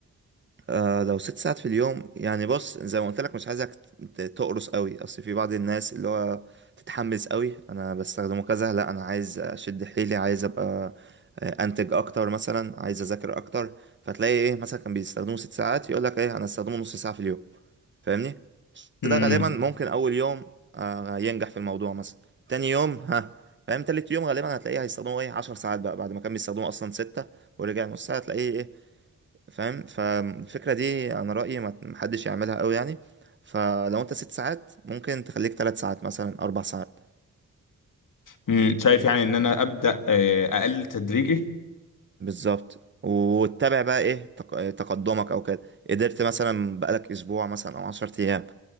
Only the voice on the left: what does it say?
مم.
مم. شايف يعني إن أنا أبدأ آه، أقلل تدريجي